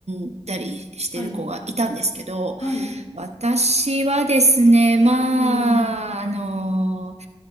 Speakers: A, on the right (about 80°); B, on the left (about 70°).
A: んだりしてる子がいたんですけど、
B: はい。はい。
A: 私はですね、まあ、
B: うん。
A: あの、